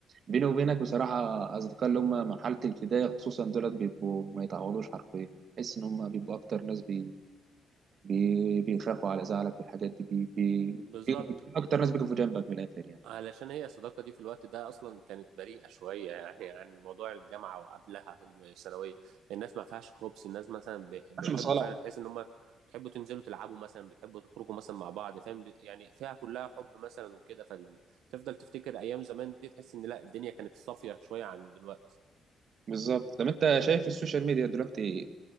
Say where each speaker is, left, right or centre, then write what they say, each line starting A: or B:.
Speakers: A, on the right; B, on the right.
A: بيني وبينك بصراحه اصدقاء اللي هم مرحله الابتدائي خصوصا دولت بيبقوا ما يتعوضوش حرفيا تحس ان هم بيبقوا اكتر ناس بي... بي... بيخافوا على زعلك والحاجات دي بي... بي...
B: بالظبط
A: بي... اكتر ناس بيقفوا جنبك من الاخر يعني
B: علشان هي الصداقة دي في الوقت ده أصلا كانت بريئة شوية يعني عن موضوع الجامعة وقبلها الثانوية الناس ما فيهاش خبز الناس مثلا بيح- بيحبوا
A: مش مصالح
B: فعلا تحس إن هم بتحبوا تنزلوا تلعبوا مثلا بتحبوا تخرجوا مثلا مع بعض فاهم بي- يعني فيها كلها حب مثلا وكده فتفضل تفتكر أيام زمان دي تحس إن لا الدنيا كانت صافية شوية عن دلوقتي
A: بالظبط طب انت شايف السوشيال ميديا دلوقتي